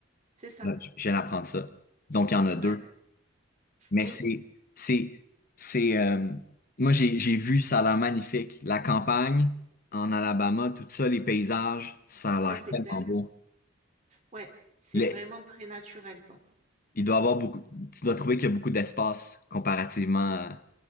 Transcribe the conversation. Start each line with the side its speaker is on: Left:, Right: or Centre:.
Right: c'est ça.
Left: Là, Je je viens d'apprendre ça. Donc il y en a deux.
Right: Ouais.
Left: Mais
Right: Oui,
Left: c'est, c'est, c'est. euh, moi j'ai, j'ai vu, ça a l'air magnifique. La campagne en Alabama, tout ça, les paysages, ça a
Right: ça
Left: l'air
Right: c'est
Left: tellement
Right: clair.
Left: beau.
Right: Ouais, c'est
Left: Les-
Right: vraiment très naturel, quoi.
Left: il doit avoir beaucoup. Tu dois trouver qu'il y a beaucoup d'espace comparativement. à-